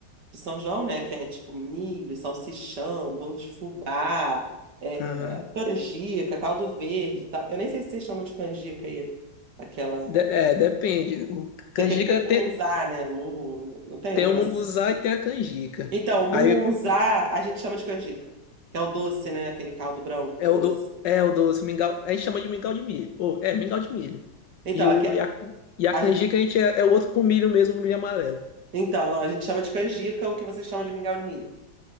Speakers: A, on the right; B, on the left.
A: de São João, né? Que é tipo milho, salsichão, bolo de fubá, é,
B: aham.
A: canjica, caldo verde e tal. Eu nem sei se vocês chamam de canjica aí, aquela...
B: De- é, depende. O
A: Porque
B: canjica
A: tem mungunzá,
B: tem,
A: né? Mungun... Não tem
B: tem
A: um negócio
B: o munguzá
A: assim?
B: e tem a canjica.
A: Então, o mungunzá
B: Aí
A: a gente chama de canjica, que é o doce, né? Aquele caldo branco
B: é
A: doce.
B: o, do, é o doce, mingau. A gente chama de mingau de milho. Ou, é, mingau de milho.
A: Então,
B: E,
A: aqui,
B: o, e, a, e a
A: A
B: canjica
A: gente,
B: a gente é, é o outro com milho mesmo, o milho amarelo. <laughs>
A: então, não, a gente chama de canjica o que você chama de mingau de milho.